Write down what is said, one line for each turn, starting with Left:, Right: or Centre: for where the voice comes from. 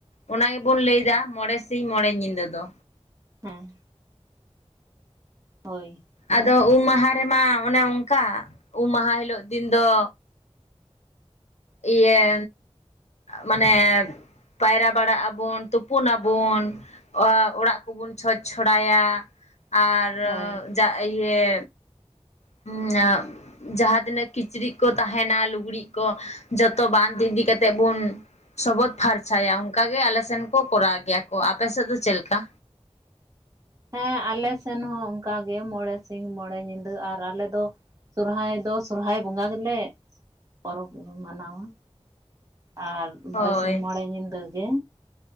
Left: ᱚᱱᱟ ᱜᱮᱵᱚᱱ
Right: ᱦᱮᱸ
Left: ᱞᱟᱹᱭᱫᱟ ᱢᱚᱬᱮ ᱥᱤᱧ ᱢᱚᱬᱮ ᱧᱤᱫᱟᱹ ᱫᱚ
Right: ᱦᱚᱸ ᱦᱳᱭ
Left: ᱟᱫᱚ ᱩᱢ ᱢᱟᱦᱟ ᱨᱮᱢᱟ ᱚᱱᱮ ᱚᱱᱠᱟ ᱩᱢ ᱢᱟᱦᱟ ᱦᱤᱞᱳᱜ ᱫᱤᱱ ᱫᱚ ᱤᱭᱟᱹ ᱢᱟᱱᱮ ᱯᱟᱭᱨᱟ ᱵᱟᱲᱟᱜ ᱟᱵᱚᱱ ᱛᱩᱯᱩᱱ ᱟᱵᱚᱱ ᱚᱲᱟᱜ ᱠᱚᱵᱚᱱ ᱪᱷᱚᱸᱪ ᱪᱷᱚᱲᱟᱭᱟ ᱟᱨ
Right: ᱦᱳᱭ
Left: ᱡᱟ ᱤᱭᱟᱹ <unintelligible> ᱡᱟᱦᱟᱸ ᱛᱤᱱᱟᱹᱜ ᱠᱤᱪᱨᱤᱪ ᱠᱚ ᱛᱟᱦᱮᱱᱟ ᱞᱩᱜᱽᱲᱤᱡ ᱠᱚ ᱡᱚᱛᱚ ᱵᱟᱸᱫ ᱤᱫᱤ ᱠᱟᱛᱮᱫ ᱵᱚᱱ ᱥᱚᱵᱚᱫ ᱯᱷᱟᱨᱪᱟᱭᱟ ᱚᱱᱠᱟᱟᱜ ᱜᱮ ᱟᱞᱮ ᱥᱮᱱ ᱠᱚ ᱠᱚᱨᱟᱣ ᱜᱮᱭᱟ ᱠᱚ ᱟᱯᱮᱥᱮᱫ ᱫᱚ ᱪᱮᱫ ᱞᱮᱠᱟ
Right: ᱦᱮᱸ ᱟᱞᱮ ᱥᱮᱱ ᱦᱚᱸ ᱚᱱᱠᱟᱜᱮ ᱢᱚᱬᱮ ᱥᱤᱧ ᱢᱚᱬᱮ ᱧᱤᱫᱟᱹ ᱟᱨ ᱟᱞᱮ ᱫᱚ ᱥᱚᱨᱦᱟᱭ ᱫᱚ ᱥᱚᱨᱦᱟᱭ ᱵᱚᱸᱜᱟ ᱜᱮᱞᱮ ᱯᱚᱨᱚᱵᱽ ᱢᱟᱱᱟᱣᱟ ᱟᱨ ᱢᱚᱬᱮ
Left: ᱦᱳᱭ
Right: ᱥᱤᱧ ᱢᱚᱬᱮ ᱧᱤᱫᱟᱹ ᱜᱮ